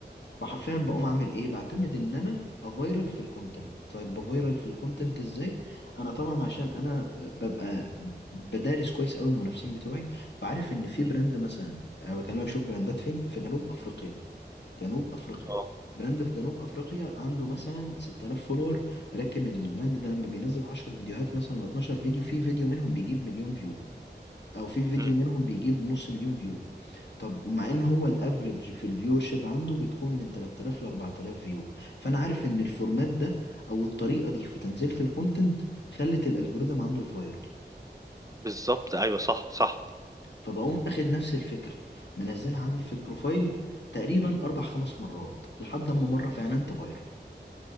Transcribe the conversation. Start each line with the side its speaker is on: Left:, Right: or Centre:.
Left: فحرفيا بقوم اعمل ايه بعتمد ان انا افايرل في الكونتنت طيب بفايرل في الكونتنت ازاي انا طبعا عشان انا ببقى بدارس كويس قوي المنافسين بتوعي فعارف ان في
Right: إمم.
Left: براند مثلا أنا بكلمك شوف براندات فين في جنوب افريقيا جنوب افريقيا
Right: آه.
Left: براند في جنوب افريقيا عنده مثلا 6000 فولور ولكن البراند ده لما بينزل 10 فيديوهات مثلا ولا 12 فيديو في فيديو منهم بيجيب مليون فيو او في فيديو
Right: إمم.
Left: منهم بيجيب نص مليون فيو طب ومع ان هو الافريج في الفيور شيب عنده بتكون من 3000 ل 4000 فيو فانا عارف ان الفورمات ده او الطريقه دي في تنزيله الكونتنت خلت الالجوريثم عنده يفايرل
Right: بالضبط أيوه صح، صح.
Left: فبقوم اخد نفس الفكره منزلها عندي في البروفايل تقريبا اربع خمس مرات لحد اما مره فعلا تفايرل